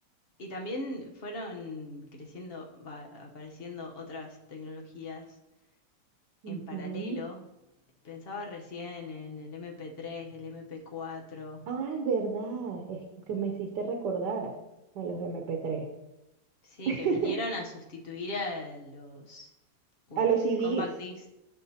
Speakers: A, on the left; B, on the right.
A: y también fueron creciendo, va, apareciendo otras tecnologías
B: Ujú.
A: en paralelo. Pensaba recién en el MP3, el MP4.
B: Ay, verdad. Es que me hiciste recordar a los MP3.
A: Sí,
B: <laughs>
A: que vinieron a sustituir a los, uy,
B: A los CDs.
A: compact disc,